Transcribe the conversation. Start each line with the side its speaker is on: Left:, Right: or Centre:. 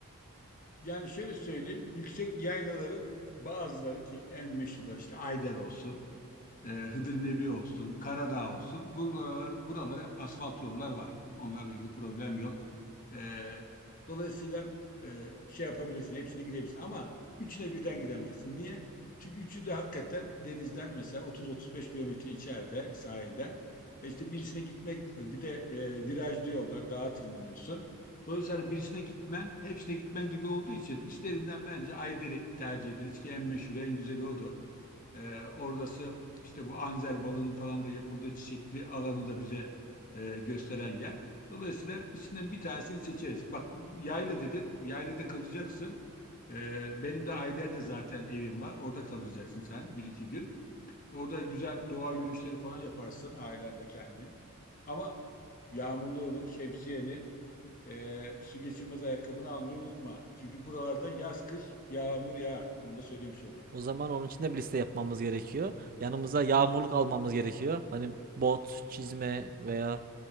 Left: Yani şöyle söyleyeyim, yüksek yaylaların bazıları ki en meşhurlar işte Ayder olsun, e, Hıdır Nebi olsun, Karadağ olsun. Buralara, buralara hep asfalt yollar var. Onlarla ilgili problem yok. E, dolayısıyla e, şey yapabilirsin, hepsine gidebilirsin. Ama üçüne birden gidemezsin. Niye? Çünkü üçü de hakikaten denizden mesela 30-35 kilometre içeride sahilden. E İşte birisine gitmek e, bir de e, viraj diyorlar dağa tırmanıyorsun. Dolayısıyla birisine gitmen hepsine gitmen gibi olduğu için işlerinden bence Ayder'i tercih ederiz ki en meşhur, en güzeli odur. E, oradası işte bu anzer balının falan da yapıldığı çiçekli alanı da bize e, gösteren yer. Dolayısıyla içinden bir tanesini seçeriz. Bak yayla dedin, yaylada kalacaksın. E, benim de Ayder'de zaten evim var. Orada kalacaksın sen bir iki gün. Orada güzel doğa yürüyüşleri falan yaparsın ailenle kendin. Ama yağmurluğunu, şemsiyeni, e, su geçirmez ayakkabını almayı unutma. Çünkü buralarda yaz kış yağmur yağar. Onu da söylemiş olayım.
Right: O zaman onun için de bir liste yapmamız gerekiyor. Yanımıza yağmurluk almamız gerekiyor. Hani bot, çizme veya